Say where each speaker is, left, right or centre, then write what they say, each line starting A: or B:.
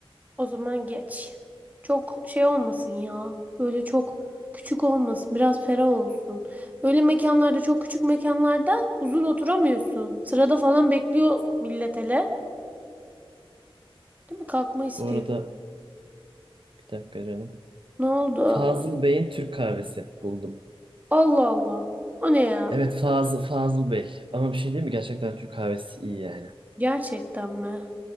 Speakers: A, on the right; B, on the right.
A: O zaman geç. Çok şey olmasın ya. Böyle çok küçük olmasın. Biraz ferah olsun. Öyle mekanlarda, çok küçük mekanlarda uzun oturamıyorsun. Sırada falan bekliyor millet hele. Değil mi? Kalkma istiyor.
B: Bu arada bir dakika canım.
A: Ne oldu?
B: Fazıl Bey'in Türk kahvesi buldum.
A: Allah Allah. O ne ya?
B: Evet Fazıl, Fazıl Bey. Ama bir şey değil mi? Gerçekten Türk kahvesi iyi yani.
A: Gerçekten mi?